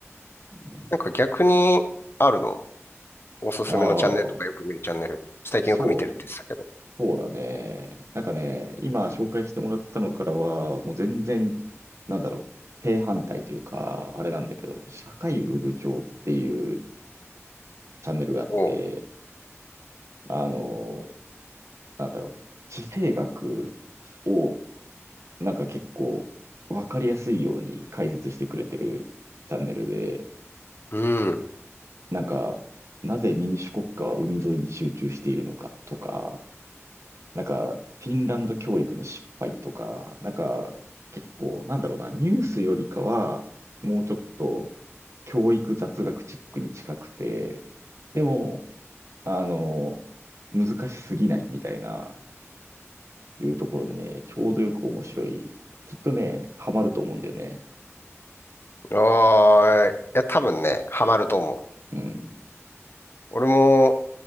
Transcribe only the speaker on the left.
なんか逆に、あるのおすすめのチャンネルとかよく見るチャンネル。
最近よく見てるって言ってたけど。
おう。
うん。
ああ、いや、多分ね、ハマると思う。
俺も、